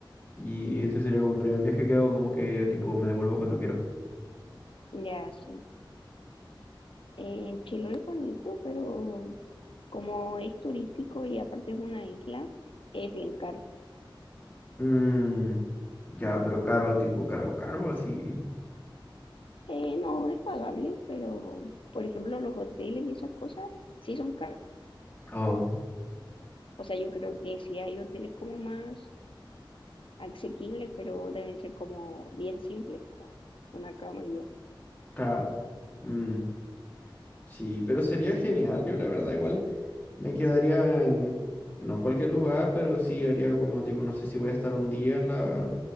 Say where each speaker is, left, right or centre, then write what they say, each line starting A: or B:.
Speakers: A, on the left (about 20°); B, on the left (about 80°).
A: Y este sería como el primer viaje que hago, como que tipo me devuelvo cuando quiero.
B: ya sí. Eh, Chiloé es bonito, pero como es turístico y aparte es una isla, es bien caro.
A: Mm, ya, pero caro, tipo caro, caro, así.
B: Eh, no, es pagable, pero por ejemplo los hoteles y esas cosas sí son caros.
A: Oh,
B: O sea, yo creo que sí hay hoteles como más asequibles, pero deben ser como bien simples, como una cama y ya.
A: claro. Mm, sí, pero sería genial. Yo, la verdad, igual me quedaría en, no en cualquier lugar, pero sí haría como tipo, no sé si voy a estar un día en la,